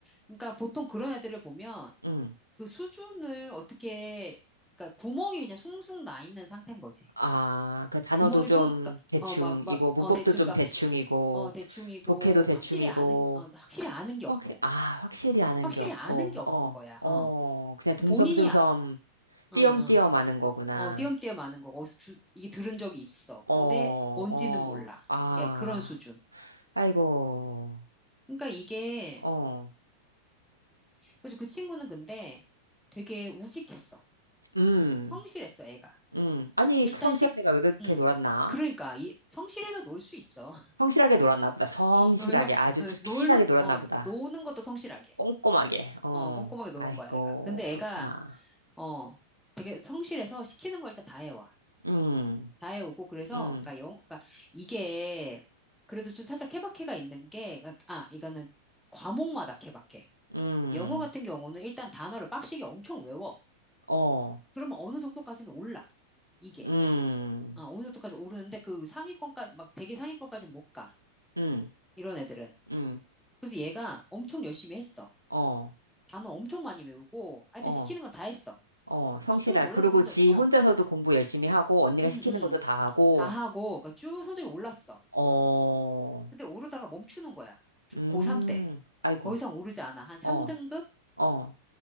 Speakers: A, in the centre; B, on the right (about 85°).
A: 그러니까 보통 그런 애들을 보면
B: 음.
A: 그 수준을 어떻게, 그러니까 구멍이 그냥 숭숭 나 있는 상태인 거지.
B: 아, 그 단어도
A: 구멍이
B: 좀
A: 숭, 그러니까,
B: 대충이고,
A: 어, 막, 막,
B: 문법도
A: 어, 대충,
B: 좀
A: 그러니까,
B: 대충이고,
A: 어, 대충이고,
B: 독해도 대충이고,
A: 확실히 아는, 어, 확실히 아는 게
B: 확,
A: 없고,
B: 아, 확실히 아는
A: 확실히
B: 게 없고,
A: 아는 게 없는
B: 어,
A: 거야,
B: 어,
A: 어.
B: 그냥 듬성듬성,
A: 본인이, 아, 어,
B: 띄엄띄엄
A: 어,
B: 아는 거구나.
A: 어, 띄엄띄엄 아는 거, 어디서 주, 이게 들은 적이 있어.
B: 어,
A: 근데
B: 어,
A: 뭔지는 몰라.
B: 아,
A: 야, 그런 수준.
B: 아이고,
A: 그러니까 이게,
B: 어,
A: 그래서 그 친구는 근데 되게 우직했어.
B: 음,
A: 성실했어, 애가.
B: 음. 아니,
A: 일단
B: 그 성실한
A: 식,
B: 애가 왜 그렇게
A: 음.
B: 놀았나?
A: 그러니까 이 성실해도 놀 수 있어.
B: 성실하게 놀았나 보다. 성실하게,
A: <laughs> 그래서 어,
B: 아주 착실하게
A: 놀는
B: 놀았나
A: 어
B: 보다.
A: 노는 것도 성실하게
B: 꼼꼼하게, 어,
A: 어 꼼꼼하게 노는
B: 아이고,
A: 거야 애가. 근데
B: 그렇구나.
A: 애가 어 되게 성실해서 시키는 걸 일단 다 해와.
B: 음,
A: 다 해오고 그래서
B: 음,
A: 그러니까 영 그러니까 이게 그래도 좀 살짝 케바케가 있는 게 그러니까, 아 이거는 과목마다 케바케.
B: 음,
A: 영어 같은 경우는 일단 단어를 빡시게 엄청 외워.
B: 어,
A: 그러면 어느 정도까지는 올라 이게.
B: 음,
A: 아, 어느 정도까지 오르는데 그 상위권까지 막 되게 상위권까지는 못 가.
B: 음,
A: 이런 애들은.
B: 음,
A: 그래서 얘가 엄청 열심히 했어.
B: 어,
A: 단어 엄청 많이 외우고, 하여튼
B: 어,
A: 시키는 건 다 했어.
B: 어, 성실한.
A: 그래서 쭉 올라서
B: 그리고
A: 성적이,
B: 지
A: 어,
B: 혼자서도 공부 열심히 하고, 언니가
A: 응,
B: 시키는
A: 응,
B: 것도 다 하고,
A: 다 하고, 그러니까 쭉 성적이 올랐어.
B: 어,
A: 근데 오르다가 멈추는 거야.
B: 음,
A: 고3 때.
B: 아이고,
A: 더 이상 오르지 않아. 한 3등급?
B: 어, 어,